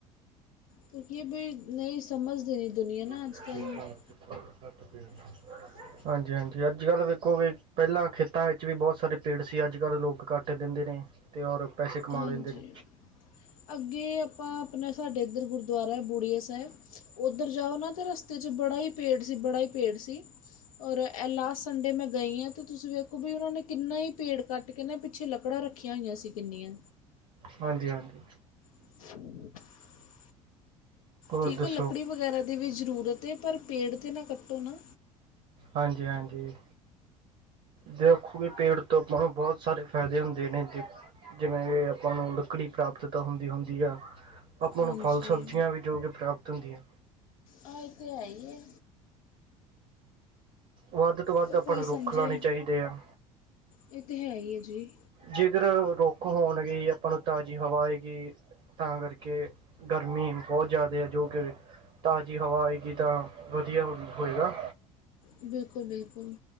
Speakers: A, on the left; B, on the right.
A: ਕਿਉਂ ਕੀ ਇਹ ਬਈ ਨਈ ਸਮਝਦੇ ਨੀ ਦੁਨੀਆਂ ਨਾ।
B: <unintelligible>
A: ਅੱਜ ਕੱਲ੍ਹ <inaudible>
B: ਹਾਂਜੀ-ਹਾਂਜੀ, ਅੱਜ-ਕੱਲ ਵੇਖੋ ਵੀ ਪੈਲਾਂ ਖੇਤਾਂ ਵਿੱਚ ਵੀ ਬੌਤ ਸਾਰੇ ਪੇੜ ਸੀ ਅੱਜ-ਕੱਲ ਲੋਕ ਕਟ ਦਿੰਦੇ ਨੇ। ਤੇ ਓਰ ਪੈਸੇ ਕਮਾ
A: ਹਾਂਜੀ!
B: ਲੈਂਦੇ ਨੇ
A: ਅੱਗੇ ਆਪਾਂ ਆਪਣੇ ਸਾਡੇ ਇੱਧਰ ਗੁਰਦੁਆਰਾ ਹੈ ਬੁੜੀਆ ਸਾਹਿਬ। ਉੱਧਰ ਜਾਓ ਨਾ ਤੇ ਰਸ ਤੇ ' ਬੜਾ ਹੀ ਪੇੜ ਸੀ। ਬੜਾ ਹੀ ਪੇੜ ਸੀ। ਔਰ ਲਾਸਟ ਸੰਡੇ ਮੈਂ ਗਈ ਹਾਂ ਤੇ ਤੁਸੀਂ ਵੇਖੋ ਵੀ ਉਹਨਾਂ ਨੇ ਕਿੰਨਾ ਹੀ ਪੇੜ ਕੱਟ ਕਹਿੰਦੇ ਪਿੱਛੇ ਲੱਕੜਾਂ ਰੱਖੀਆਂ ਹੋਈਆਂ ਸੀ ਕਿੰਨੀਆਂ
B: ਹਾਂਜੀ-ਹਾਂਜੀ
A: <unintelligible>
B: ਹੋਰ
A: ਠੀਕ
B: ਦੱਸੋ?
A: ਹੈ ਲੱਕੜੀ ਵਗੈਰਾ ਦੀ ਵੀ ਜ਼ਰੂਰਤ ਹੈ, ਪਰ ਪੇੜ ਤੇ ਨਾ ਕੱਟੋ ਨਾ
B: ਹਾਂਜੀ-ਹਾਂਜੀ। ਦੇਖੋਗੇ ਪੇੜ ਤੋਂ ਆਪਾਂ ਨੂੰ ਬਹੁਤ ਸਾਰੇ ਫਾਇਦੇ ਹੁੰਦੇ ਨੇ ਦੇ ਜਿਵੇਂ ਕਿ ਆਪਾਂ ਨੂੰ ਲੱਕੜੀ ਪ੍ਰਾਪਤ ਤਾ ਹੁੰਦੀ-ਹੁੰਦੀ ਆ ਆਪਾਂ
A: ਹਾਂਜੀ
B: ਨੂੰ ਫ਼ਲ-ਸਬਜ਼ੀਆਂ ਵੀ ਜੋ ਕਿ ਪ੍ਰਾਪਤ ਹੁੰਦੀਆਂ।
A: ਆ ਤੇ ਹੈ ਹੀ ਹੈ
B: ਵੱਧ ਤੋਂ ਵੱਧ
A: ਪਰ
B: ਆਪਾਂ
A: ਕੋਈ
B: ਨੂੰ
A: ਸਮਝੇ
B: ਰੁੱਖ ਲਾਉਣੇ ਚਾਹੀਦੇ ਆ।
A: ਇਹ ਤੇ ਹੈ ਹੀ ਹੈ ਜੀ
B: ਜੇਕਰ ਰੁੱਖ ਹੋਣਗੇ ਆਪਾਂ ਨੂੰ ਤਾਜ਼ੀ ਹਵਾ ਆਏਗੀ ਤਾਂ ਕਰਕੇ, ਗਰਮੀ ਬਹੁਤ ਜ਼ਿਆਦਾ ਹੈ ਜੋ ਕਿ ਤਾਜ਼ੀ ਹਵਾ ਆਏਗੀ ਤਾਂ ਵਧੀਆ ਹੋਏਗਾ
A: ਬਿਲਕੁਲ-ਬਿਲਕੁਲ